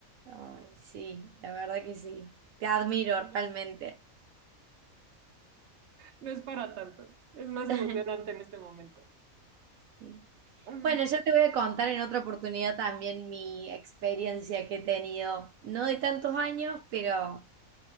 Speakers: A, on the right; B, on the right.
A: Ay, sí, la verdad que sí. Te admiro realmente.
B: No es para tanto, es más
A: <laughs>
B: emocionante en este momento.
A: Sí.
B: Mm.
A: Bueno, ya te voy a contar en otra oportunidad también mi experiencia que he tenido, no de tantos años, pero